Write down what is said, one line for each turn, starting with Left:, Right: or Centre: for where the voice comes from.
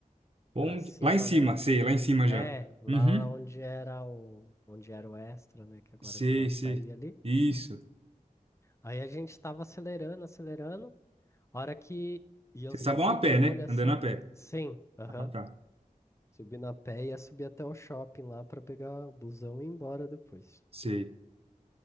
Right: Onde...
Left: para cima,
Right: Lá em cima,
Left: né?
Right: sei, lá em cima
Left: É,
Right: já.
Left: lá
Right: Uhum.
Left: onde era o onde era o Extra, né, que agora
Right: Sei,
Left: virou Açaí
Right: sei.
Left: ali.
Right: Isso.
Left: Aí a gente tava acelerando, acelerando Hora que. E eu
Right: Vocês
Left: sempre
Right: estavam a
Left: de
Right: pé,
Left: olho
Right: né?
Left: assim.
Right: Andando a pé.
Left: Sim, aham.
Right: Ah, tá.
Left: Subi na pé e ia subir até o shopping lá pra pegar o busão e ir embora depois.
Right: Sei.